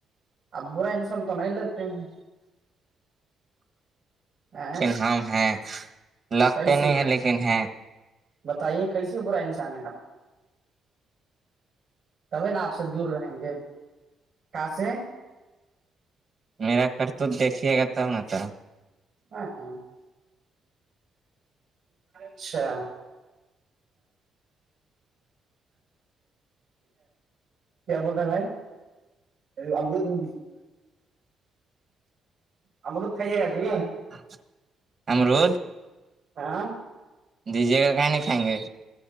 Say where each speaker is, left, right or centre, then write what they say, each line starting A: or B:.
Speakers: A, on the right; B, on the right.
A: اب برا انسان تو نہیں لگتے ہیں ہیں
B: لیکن ہم ہیں لگتے
A: کیسے
B: نہیں ہیں لیکن ہیں
A: بتائیے کیسے برا انسان ہے آپ کبھی نا آپ سے دور رہیں گے کاس
B: میرا کرھر تو دیکھیے گا تب ن تھا
A: ہاں ہاں اچھا کیا بول رہے ہیں بھائی امرت ہو ہممر تو خائیے گا جی
B: <unintelligible>
A: آاں
B: دیجیے گا کہاں نہیں کھائیں گے